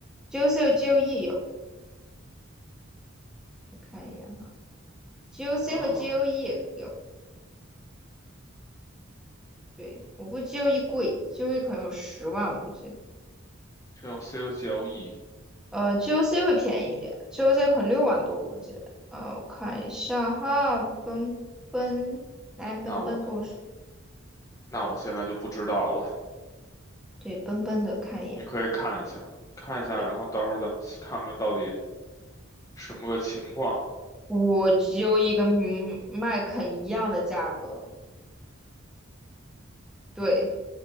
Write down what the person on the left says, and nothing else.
嗯
，GLC 和 GLE，
那我那我现在就不知道了，
你可以看一下，看一下，
然后到时候咱们去看看到底什么个情况。